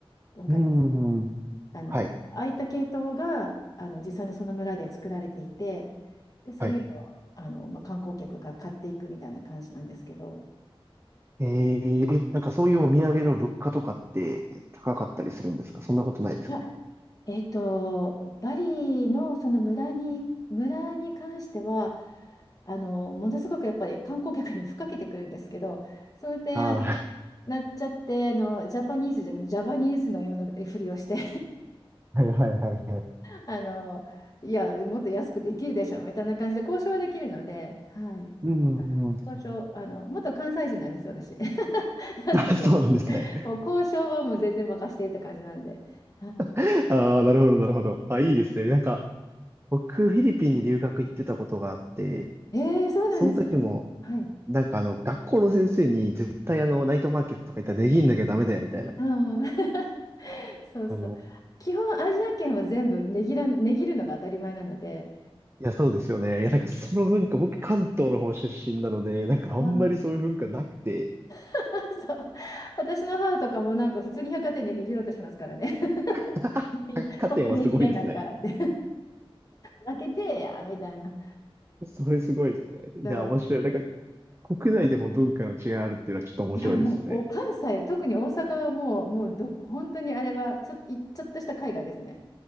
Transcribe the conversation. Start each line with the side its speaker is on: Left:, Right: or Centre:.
Left: わかります
Right: ーん、
Left: あのああいった系統があの実際にその村で作られていて
Right: はい、
Left: でそういうのをあの、
Right: はい。
Left: まあ、観光客が買っていくみたいな感じなんですけど
Right: ええ、え、なんかそういうお土産の物価とかって高かったりするんですかそんなことないですか
Left: いやえっとバリのその村に村に関してはあのものすごくやっぱり観光客に吹っかけてくるんですけどその点あの
Right: ああー、
Left: なっちゃってあのジャパニーズじゃなくてジャパニーズのようなふりをして
Right: はい、はい、はい、はい。はい
Left: あの、いや、もっと安くできるでしょみたいな感じで交渉はできるので、はい。
Right: うんうん。
Left: 交渉、あの、元関西人なんですよ、私。<laughs> なので、
Right: あ、そうなんですね。
Left: もう交渉はもう全然任せてって感じなんで。は
Right: <laughs> ああ、なるほど、なるほど。あ、いいですね。なんか、僕、フィリピンに留学行ってたことがあって、
Left: い、えー、そうなんですね。
Right: その時も、
Left: はい。
Right: なんかあの、学校の先生に絶対あの、ナイトマーケットとか行ったら値切んなきゃダメだよみたいな。
Left: うん。<laughs> そうそう。
Right: あの、
Left: 基本、アジア圏は全部値切ら、値切るのが当たり前なので、
Right: いや、そうですよね。いや、
Left: うん
Right: なんか <laughs> その文化、僕関東の方出身なので、なんかあんまりそういう文化なくて、
Left: あー <laughs> そう。私の母とかもなんか普通に百貨店で値切ろうとしますからね。<laughs>
Right: <laughs>
Left: いや、
Right: 百貨店はすごいですね。
Left: ここ値切れないからって。負けてえやみたいな。
Right: それすごいですね。いや、
Left: そう
Right: 面白い。なんか国内でも文化の違いあるっていうのはちょっと面白いですよね。
Left: いやもうお関西特に大阪はもう、もうど本当にあれはちょっと、いちょっとした海外ですね。